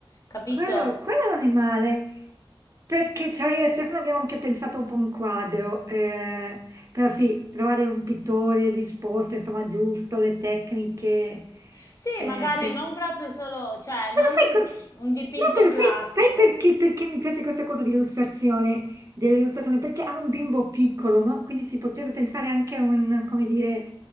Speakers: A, on the left; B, on the right.
A: capito?
B: Quello, quello non è male. Perché cioè io e Stefano abbiamo anche pensato un po' un quadro, eh, però sì, trovare un pittore disposto, insomma, giusto, le tecniche,
A: Sì,
B: ecco.
A: magari non proprio solo, cioè, non
B: Però sai,
A: un,
B: cos-
A: un dipinto
B: no, però
A: classico.
B: sai, sai perché, perché mi piace questa cosa di illustrazione, dell'illustrazione? Perché hanno un bimbo piccolo, no? Quindi si potrebbe pensare anche a un, come dire,